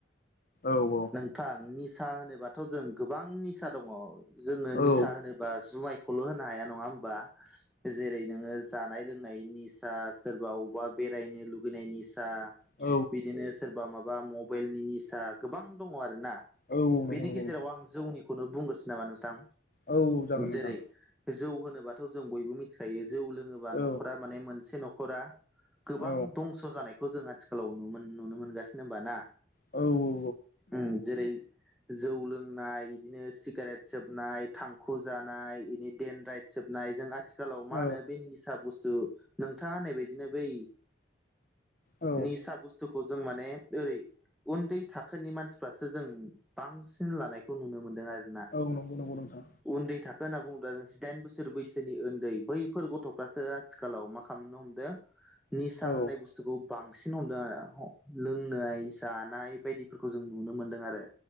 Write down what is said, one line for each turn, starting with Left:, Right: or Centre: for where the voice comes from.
Left: औ औ
Centre: थां निसा होनोबाथ' जों गोबां निसा दङ जोङो निसा
Left: औ
Centre: होनोबा जुमाय ल' होनो हाया नङा होनबा जेरै नोङो जानाय लोंनायनि सोरबा अबबा बेरायनो लुगैनायनि निसा
Left: औ
Centre: बिदिनो सोरबा माबा मबाइलनि निसा गोबां दङ आरोना।
Left: औ औ नंगौ
Centre: बेनि
Left: नंगौ
Centre: गेजेराव
Left: नोंथां
Centre: आं जौनिखौनो बुंग्रोसो नामा नोंथां!
Left: औ औ जागोन नोंथां
Centre: जेरै- जौ होनोबाथ' जों बयबो मिथिखायो जौ लोङोबा
Left: औ
Centre: न'खरा माने मोनसे न'खरा गोबां
Left: औ
Centre: दंस' जानायखौ जों आथिखालाव नुनो मोनगासिनो होनोमबा ना
Left: औ
Centre: उम जेरै जौ लोंनाय बिदिनो सिगारेट सोबनाय थांखु जानाय बिदि देनद्राय सोबनायजों आथिखालाव मा
Left: औ
Centre: होनो बे निसा बुस्थु नोंथाङा होननाय बदिनो बै
Left: औ
Centre: निसा बुस्तुखौ जों माने ओरै उन्दै थाखोनि मानसिफ्रासो जों बांसिन लानायखौ नुनो मोनदों आरो
Left: औ नंगौ नंगौ नोंथां
Centre: उन्दै थाखो होनना बुङोब्ला जिदाइन बोसोर बैसोनि उन्दै बैफोर गथ'फ्रासो आथिखालाव मा खालामनो हमदों निसा
Left: औ
Centre: होननाय बुस्थुखौ बांसिन हमदों लोंनाय जानाय बायदिफोरखौ जों नुनो मोनदों आरो